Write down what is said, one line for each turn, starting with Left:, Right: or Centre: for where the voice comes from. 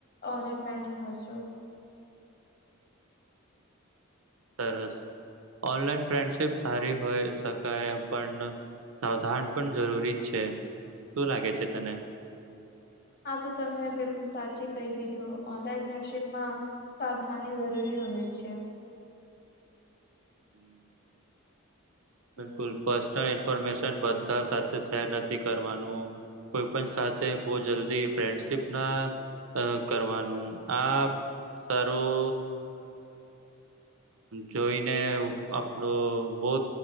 Left: ઓલર પેન્ટ હ છ
Right: સરસ ઓનલાઈન ફ્રેન્ડશીપ સારી હોય શકાય પણ સાવધાન પણ જરૂરી જ છે શું લાગે છે તને
Left: આા તો તમે બિલકુલ સાચી કહી દીધું ઓનલાઈન ફ્રેન્ડશીપમાં સાવધની જરૂરી હોય છે.
Right: હમ
Left: હમ
Right: બિલકુલ પર્સનલ ઇન્ફોર્મેશન બધા સાથે શેર નથી કરવાનું. કોઈ પણ સાથે બહ જલ્દી ફ્રેન્ડશીપ ના કરવાનું આ સારું જોઈને આપણો બહુ